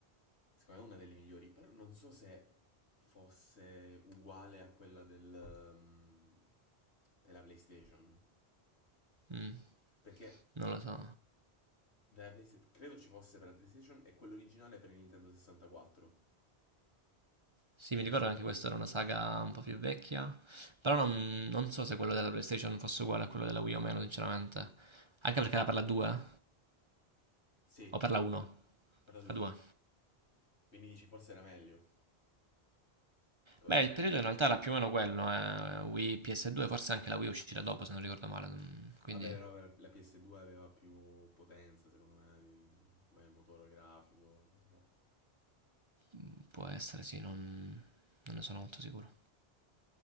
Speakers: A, on the left; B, on the right.
A: secondo me è una delle migliori, però non so se fosse uguale a quella del, um, della PlayStation.
B: Mm,
A: Perché
B: non lo so.
A: Della Playsta- credo ci fosse per la PlayStation e quello originale per il Nintendo 64.
B: Sì,
A: Non
B: mi ricordo
A: lo so. la
B: che
A: me-
B: anche questa era una saga un po' più vecchia, però non, non so se quello della PlayStation fosse uguale a quello della Wii o meno, sinceramente. Anche perché era per la 2
A: Sì,
B: o per la 1?
A: per la 2.
B: La 2.
A: Quindi dici forse era meglio come
B: Beh,
A: gioco.
B: il periodo in realtà era più o meno quello, eh. Wii PS2, forse anche la Wii uscirà dopo, se non ricordo male, non- quindi
A: Vabbè, però per la PS2 aveva più potenza, secondo me, di- come motore grafico, cose varie.
B: mm, può essere, sì, non, non ne sono molto sicuro.